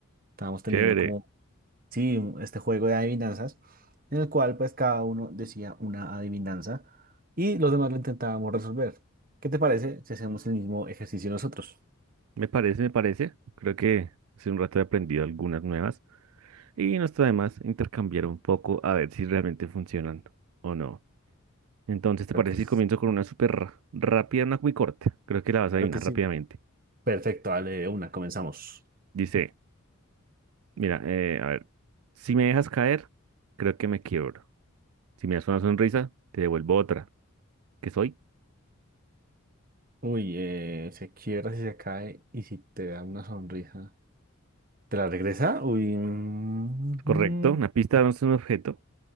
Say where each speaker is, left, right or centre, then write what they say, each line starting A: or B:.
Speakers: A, on the right; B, on the right.
A: Estábamos teniendo
B: Chévere.
A: como, sí, un- este juego de adivinanzas, en el cual pues cada uno decía una adivinanza y los demás lo intentábamos resolver. ¿Qué te parece si hacemos el mismo ejercicio nosotros?
B: Me parece, me parece. Creo que hace un rato he aprendido algunas nuevas y no está de más intercambiar un poco a ver si realmente funcionan o no. Entonces,
A: Creo
B: ¿te parece
A: que, s-
B: si comienzo con una súper ra- rápida, una muy corta? Creo que la vas
A: creo
B: a adivinar
A: que sí.
B: rápidamente.
A: Perfecto, dale de una, comenzamos.
B: Dice, mira, eh, a ver, si me dejas caer, creo que me quiebro. Si me das una sonrisa, te devuelvo otra. ¿Qué soy?
A: Uy, eh, se quiebra si se cae y si te da una sonrisa, ¿te la regresa? Uy, mm,
B: Correcto. Una pista no es un objeto.